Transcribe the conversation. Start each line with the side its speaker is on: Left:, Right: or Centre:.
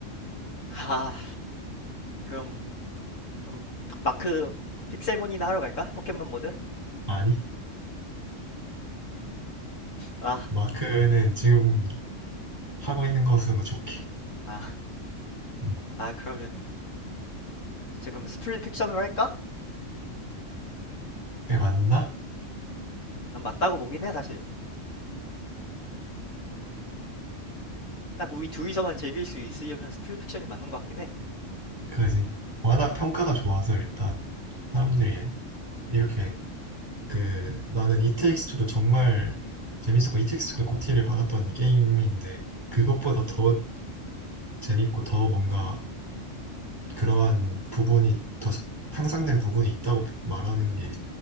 Left: 하 그럼, 그럼 마크 픽셀몬이나 하러 갈까? 포켓몬 모드?
Right: 아니
Left: 아,
Right: 마크는 지금 하고 있는 것으로 좋게.
Left: 아,
Right: 응.
Left: 아 그러면 지금 스플릿 픽션으로 할까?
Right: 그게 맞나?
Left: 난 맞다고 보긴 해 사실. 딱 우리 둘이서만 즐길 수 있으려면 스플릿픽션이 맞는 것 같긴 해.
Right: 그지. 워낙 평가가 좋아서 일단 사람들이 이렇게 그 나는 이 t 스트도 정말 재밌었고 이 t 스트도 고티를 받았던 게임인데 그것보다 더 재밌고 더 뭔가 그러한 부분이 더 향상된 부분이 있다고 말하는 게